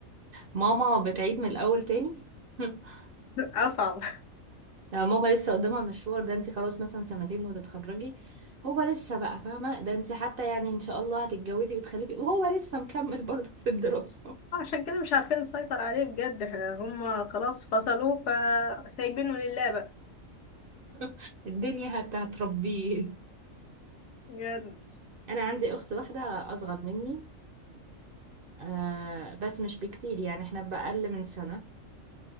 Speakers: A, on the right; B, on the left.
A: ماما بتعيد من الاول تاني <laughs>
B: اصعب <laughs>
A: لا ماما لسه قدامها مشوار ده انت خلاص مثلا سنتين وتتخرجي هو لسه بقى فاهمة ده انت حتى يعني ان شاء الله هتتجوزي وتخلفي وهو لسه مكمل برضه في الدراسة
B: عشان كده مش عارفين نسيطر عليه بجد احنا هم خلاص فصلوا فسايبينه لله بقى
A: <laughs> الدنيا هت هتربيه
B: بجد
A: انا عندي اخت واحدة اصغر مني آه بس مش بكتير يعني احنا بأقل من سنة